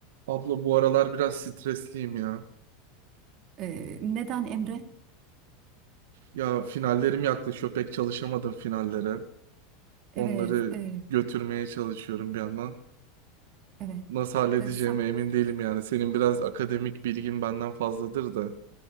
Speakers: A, on the right; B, on the right.
A: Abla bu aralar biraz stresliyim ya.
B: Ee, neden Emre?
A: Ya finallerim yaklaşıyor. Pek çalışamadım finallere.
B: Evet,
A: Onları
B: e,
A: götürmeye çalışıyorum bir yandan.
B: evet.
A: Nasıl halledeceğime
B: E, sen,
A: emin değilim yani. Senin biraz akademik bilgin benden fazladır da.